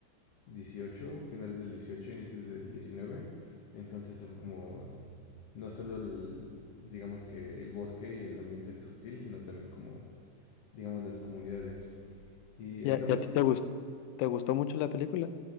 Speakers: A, on the left (about 55°); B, on the left (about 75°).
A: dieciocho finales del dieciocho inicios del diecinueve Entonces es como no solo el- digamos que el bosque y el ambiente es hostil, sino también como digamos las comunidades. Y está
B: ¿Y a,
A: muy
B: y a ti te gustó, te gustó mucho la película?